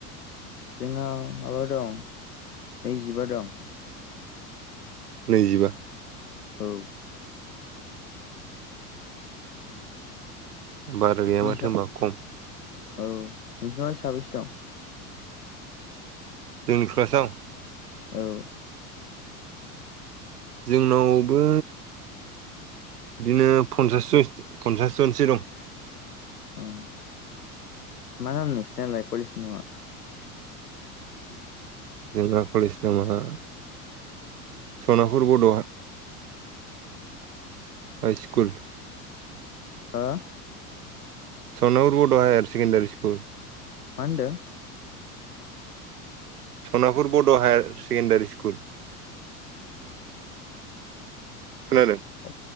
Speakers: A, on the left (about 85°); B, on the right (about 80°).
A: जोंनाव माबा दं नैजिबा दं
B: नैजिबा
A: औ
B: बारा गैया
A: नोंसिनाव
B: माथो होनबा खम
A: औ नोंसिनावलाय साबैसे दं?
B: जोंनि क्लासाव?
A: औ
B: जोंनावबो बिदिनो पन्सास जन पन्सास जनसो दं
A: अ मा नाम नोंसिनालाय कलेजनि नामा?
B: जोंना कलेज नामा सनापुर बड' हाइस्कुल
A: हा?
B: सनाफुर बड' हायार सेकेणडारि स्कुल
A: मा होनदों?
B: सनापुर बड' हायार सेकेण्डारि स्कुल खोनादों?
A: अ